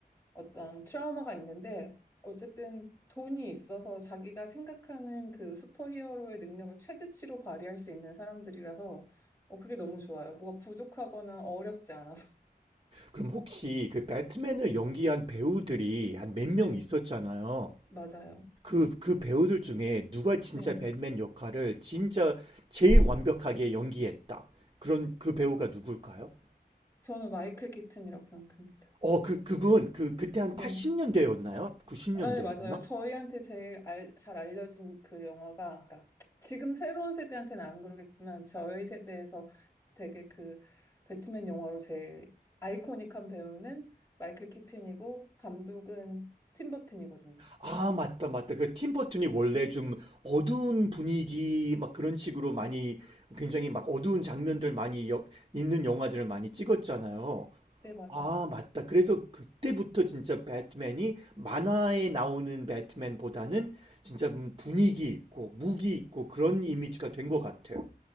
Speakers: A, on the left (about 15°); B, on the right (about 30°).
A: 어떤 트라우마가 있는데 어쨌든 돈이 있어서 자기가 생각하는 그 슈퍼히어로의 능력을 최대치로 발휘할 수 있는 사람들이라서 어, 그게 너무 좋아요. 뭐가 부족하거나 어렵지 않아서. <laughs>
B: 그럼 혹시 그 배트맨을 연기한 배우들이 한 몇 명
A: 네,
B: 있었잖아요.
A: 맞아요.
B: 그, 그 배우들 중에 누가 진짜
A: 네.
B: 배트맨 역할을 진짜 제일 완벽하게 연기했다. 그런 그 배우가 누굴까요?
A: 저는 마이클 키튼이라고 생각합니다.
B: 어, 그, 그분, 그, 그때 한
A: 네.
B: 80년대였나요? 90년대였나?
A: 아, 네, 맞아요. 저희한테 제일 알, 잘 알려진 그 영화가, 그러니까 지금 새로운 세대한테는 안 그러겠지만, 저희 세대에서 되게 그 배트맨 영화로 제일 아이코닉한 배우는 마이클 키튼이고, 감독은 팀 버튼이거든요.
B: 아, 맞다, 맞다. 그 팀버튼이 원래 좀 어두운 분위기 막 그런 식으로 많이 굉장히 막 어두운 장면들 많이 여- 있는 영화들을 많이 찍었잖아요.
A: 네, 맞아요.
B: 아, 맞다. 그래서 그때부터 진짜 배트맨이 만화에 나오는 배트맨보다는 진짜 분위기 있고 무기 있고 그런 이미지가 된 것 같아요.